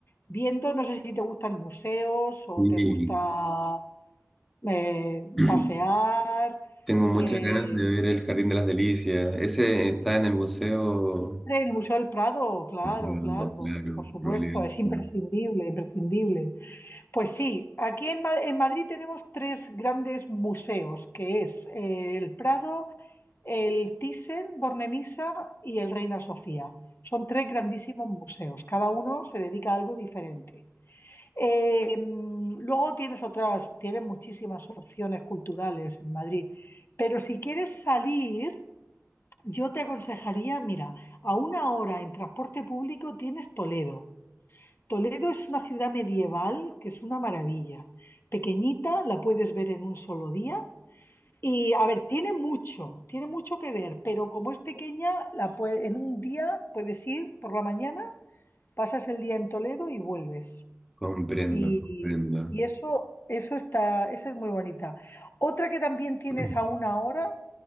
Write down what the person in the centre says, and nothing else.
Sí.
<clears throat>
Tengo muchas
ganas de ver el Jardín de las Delicias. Ese está en el museo.
Claro,
claro,
Royal
Sur.
Comprendo,
comprendo.
<clears throat>